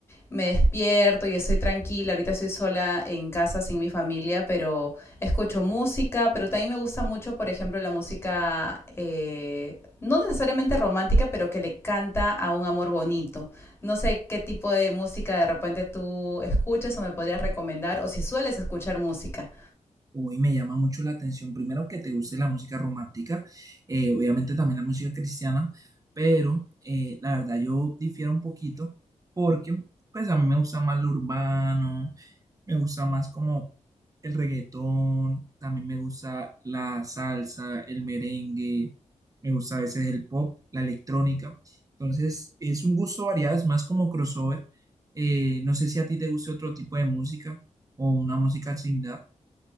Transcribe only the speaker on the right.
Uy, me llama mucho la atención. Primero que te guste la música romántica, eh, obviamente también la música cristiana, pero eh, la verdad yo difiero un poquito porque pues a mí me gusta más lo urbano, me gusta más como el reggaetón, también me gusta la salsa, el merengue, me gusta a veces el pop, la electrónica. Entonces es un gusto variado, es más como crossover. Eh, no sé si a ti te guste otro tipo de música o una música similar.